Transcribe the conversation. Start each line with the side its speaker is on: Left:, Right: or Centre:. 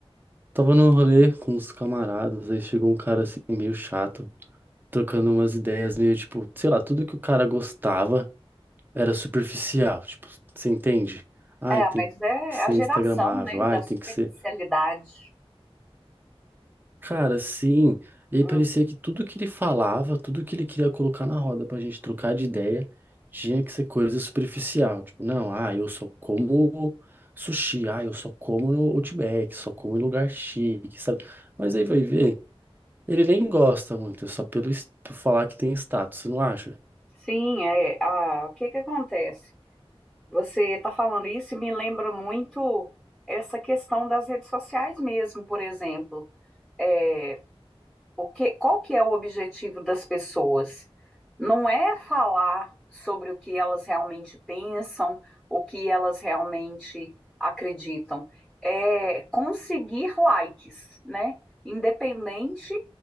Right: tava no rolê com os camaradas, aí chegou um cara assim meio chato, trocando umas ideias meio tipo, sei lá, tudo que o cara gostava era superficial, tipo, você entende? Ai,
Centre: É,
Right: tem
Centre: mas é
Right: que ser
Centre: a geração,
Right: instagramável,
Centre: né,
Right: ai,
Centre: da superficialidade.
Right: tem que ser Cara, sim. E aí
Centre: Hum,
Right: parecia que tudo que ele falava, tudo que ele queria colocar na roda pra gente trocar de ideia, tinha que ser coisa superficial. Tipo, não, ah, eu só como sushi, ah, eu só como no Outback, só como em lugar chique, sabe? Mas aí vai ver, ele nem gosta muito, é só pelo est- por falar que tem status, você não acha?
Centre: sim, é, a, o que que acontece? Você tá falando isso e me lembra muito essa questão das redes sociais mesmo, por exemplo. É, o que, qual que é o objetivo das pessoas? não é falar sobre o que elas realmente pensam, o que elas realmente acreditam, é conseguir likes, né? Independente